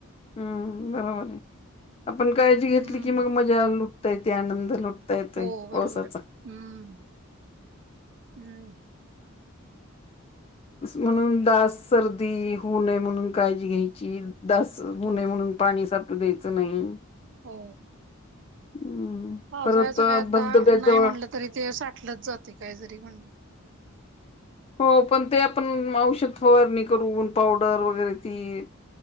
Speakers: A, on the left; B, on the right.
A: हूं बरोबर आहे, आपण काळजी घेतली
B: हम्म
A: की मग मजा लुटता येते आनंद लुट ता येतोय
B: हो बरोबर
A: पावसाचा.
B: आहे हम्म हम्म
A: म्हणून दास सर्दी होऊ नये, म्हणून काळजी घ्यायची. दास होऊ
B: होय
A: नये म्हणून, पाणी साठू द्यायचं नाही.
B: हो!
A: हम्म
B: पावसाळ्याचं
A: परत
B: काय आता,
A: धबधब्या
B: नाही
A: जवळ
B: म्हटलं तरी ते साठलंच जातंय काय जरी म्हणलं.
A: हो पण ते आपण औषध फवारणी करून पावडर वगैरे ती